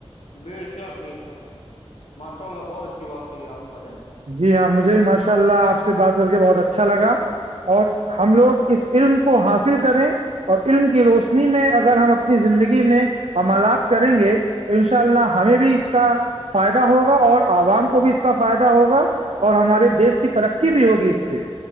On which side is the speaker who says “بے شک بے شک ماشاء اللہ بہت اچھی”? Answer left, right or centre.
Left